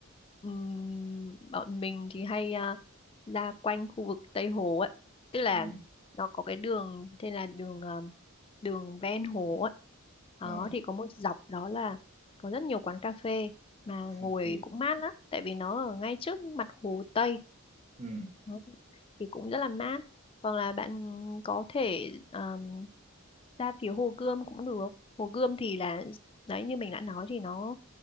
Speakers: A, on the left; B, on the right.
A: ừm, bọn mình thì hay à, ra quanh khu vực Tây Hồ ấy tức là
B: ừ
A: nó có cái đường tên là đường à, đường ven hồ ấy đó
B: ờ,
A: thì có một dọc đó là có rất nhiều quán cà phê mà ngồi
B: ok
A: cũng mát lắm tại vì nó ở ngay trước mặt hồ Tây
B: ừ
A: Đó, thì cũng rất là mát hoặc là bạn có thể um, ra phía Hồ Gươm cũng được Hồ Gươm thì là đấy như mình đã nói thì nó